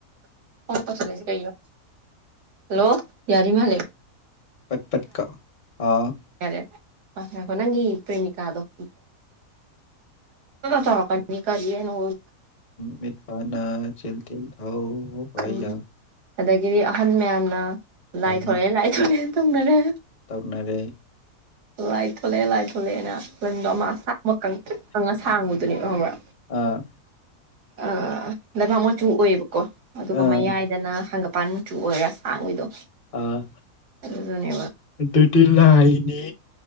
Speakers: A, on the right (about 80°); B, on the left (about 35°).
A: ꯐꯣꯟ ꯀꯛꯊꯠꯂꯛꯑꯤꯖ ꯀꯩꯒꯤꯅꯣ ꯍꯜꯂꯣ ꯌꯥꯔꯤ ꯃꯂꯦ
B: ꯄꯠꯄꯠꯀꯥ ꯑꯥ
A: ꯌꯥꯔꯦ ꯉꯥꯏꯈꯣ ꯅꯪꯒꯤ ꯄ꯭ꯔꯦꯃꯤꯀꯥꯗꯣ <inaudible> ꯇꯧꯔꯛꯀꯅꯤ ꯀꯔꯤꯅꯣ
B: ꯃꯤꯠ ꯄ ꯅꯥ ꯆꯤꯜ ꯇꯤꯜ ꯊꯧ ꯑꯣ ꯋꯥꯏ
A: ꯎꯝ
B: ꯌꯥꯔ
A: ꯑꯗꯒꯤꯗꯤ ꯑꯍꯟ ꯃꯌꯥꯝꯅ
B: ꯍꯅꯨ
A: ꯂꯥꯏꯊꯣꯔꯛꯑꯦ ꯂꯥꯏꯊꯣꯛꯂꯦꯟ ꯇꯧꯅꯔꯦ
B: ꯇꯧꯅꯔꯦ
A: ꯂꯥꯏ ꯊꯣꯂꯑꯦ ꯂꯥꯏ ꯊꯣꯂꯑꯦꯅ ꯄꯨꯟꯗꯣ ꯃ ꯁꯥꯛ ꯃ ꯀꯪꯇꯔꯤꯛ ꯀꯣꯉ ꯁꯥꯡꯕꯗꯨꯅꯦꯕ ꯈꯪꯕ꯭ꯔꯥ
B: ꯑ
A: ꯑ ꯂꯩꯕꯥꯛ ꯃꯆꯨ ꯑꯣꯏꯌꯦꯕꯀꯣ ꯑꯗꯨꯒ
B: ꯑꯥ
A: ꯃꯌꯥꯏꯗꯅ ꯍꯥꯡꯒꯠ ꯃꯄꯥꯟ ꯃꯆꯨ ꯑꯣꯏꯔꯒ ꯁꯥꯡꯕꯤꯗꯣ
B: ꯑꯥ
A: ꯑꯗꯨ ꯟꯕꯗ
B: ꯑꯗꯨꯗꯤꯂꯏꯅꯤ